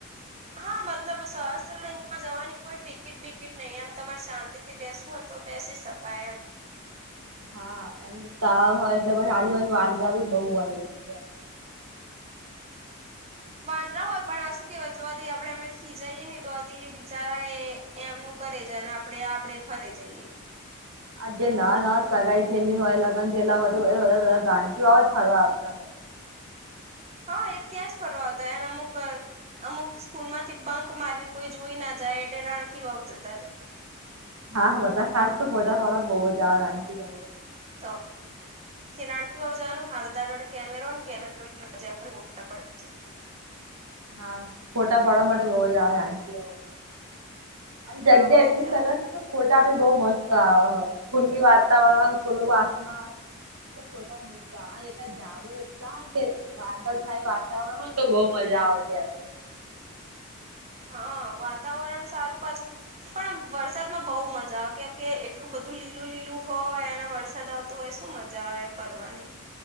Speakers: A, on the right; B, on the right.
A: હા મતલબ સહસ્ત્રિંગમાં જવાની કોઈ ટિકિટ બિકિટ નહી એમ તમારે શાંતિ થી બેસવું હોઈ તો બેસી શકાય એમ,
B: હા એમ તા હોય એટલે પછી, આજુ-બાજુ વાંદરા બી બોવ હોય. ત્યાં તો
A: વાંદરા હોય. પણ આ શું કેહેવાય જો આથી આપણે એમને ખીજાઈએ ને તો આથી એ બિચારા એ એમનું કરે જાય અને આપડે-આપડે ફરી જઈએ.
B: આ જે નવા નવા સગાઈ થયેલી હોય લગ્ન થયેલા હોય <inaudible> ફરવા આવતા હોય
A: હા એ ત્યાં જ ફરવા આવતા હોય ને અમુક, અમુક સ્કૂલ માંથી બંક મારીને કોઈ જોઈ ના જાય એટલે રાણકીવાવ જતા રે
B: હા બધા ખાસ તો ફોટા ફોડાા બવા જાવ લાંચીાવ
A: તો રાણકીવાવ જવાનું હારું તાર જોડે. કેમેરો કેમેરો ની જરૂર ન પડે.
B: હા ફોટા પાડવા માટે બોજ આવે રાણકીવાવ જગ્યા
A: હા બઉ
B: એટલી
A: જ
B: સરસ
A: આવે
B: છે. ફોટા બી બઉ મસ્ત આવે. ખુલ્લી વાતાવરણ ખુલ્લું આસમાન <inaudible> એટલા ઝાડો એટલા હોયને વાદળછાયું વાતાવરણ હોઈ ને તો બોવ મજા આવે ત્યાં
A: હા વાતાવરણ સારું પાછું. પણ આમ વરસાદ બહુ મજા આવે કેમ, કે એટલું બધું લીલું-લીલું હોય અને વરસાદ આવતો તો એ શું મજા આવે ફરવાની?